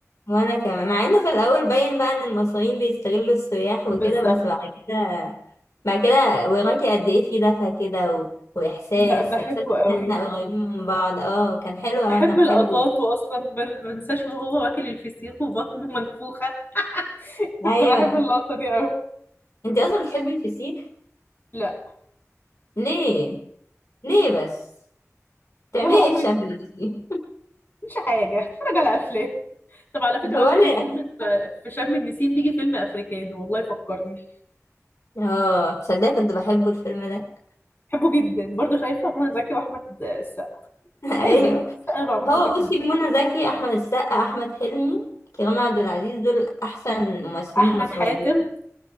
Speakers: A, on the left (about 75°); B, on the left (about 40°).
A: وانا كمان مع انه في الاول باين بقى ان المصريين بيستغلوا السياح
B: بالظبط
A: وكده بس بعد كده بعد كده وراكي قد ايه في دفى كده و... واحساس
B: لا بحبه
A: احساس
B: قوي
A: ان احنا قريبين من بعض اه كان حلو أوي،
B: بحب
A: انا بحبه
B: اللقطات واصلا ما ما انساش وهو واكل الفسيخ وبطنه منفوخة كنت
A: ايوه
B: بحب اللقطة دي قوي
A: انت اصلا بتحبي الفسيخ
B: لا
A: ليه ليه بس تعملي
B: ولا عمري
A: ايه في شم
B: ده
A: النسيم
B: مش حاجة اتفرج على افلام طب على فكرة
A: <laughs> ولا
B: بقى بحس
A: يعني.
B: دايما ف- في شم النسيم بيجي فيلم أفريكاني والله فكرني
A: اه تصدقي كنت بحبه الفيلم ده
B: بحبه جدا برضه شايفة منى زكي وأحمد السقا
A: <laughs> ايوه
B: لازم أحمد السقا مع منى
A: هو
B: زكي
A: بصي
B: بجد.
A: منى زكي احمد السقا احمد حلمي كريم عبد العزيز دول احسن ممثلين
B: أحمد
A: مصريين
B: حاتم